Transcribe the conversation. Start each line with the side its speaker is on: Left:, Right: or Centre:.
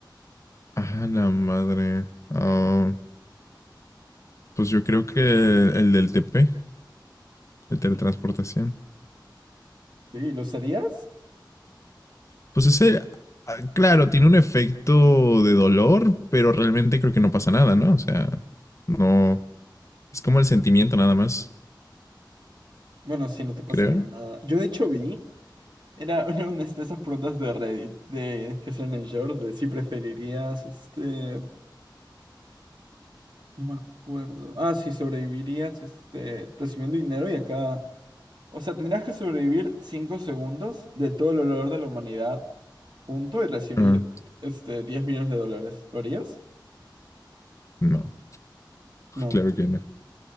Left: Ah, la madre. Ah, pues yo creo que el del TP, el teletransportación.
Right: Sí, ¿lo usarías?
Left: Pues ese, ah, claro, tiene un efecto de dolor, pero realmente creo que no pasa nada, ¿no? O sea, no. Es como el sentimiento nada más,
Right: Bueno, sí, no te pasaría
Left: creo.
Right: nada. Yo de hecho vi, era una, una de esas preguntas de Reddit, de que hacían en shorts, de si preferirías, este, no me acuerdo. Ah, sí, sobrevivirías, este, recibiendo dinero y acá... O sea, tendrías que sobrevivir 5 segundos de todo el olor de la humanidad. punto y recibir
Left: Ah,
Right: este 10 millones de dólares. ¿Lo harías?
Left: no,
Right: No,
Left: claro que no.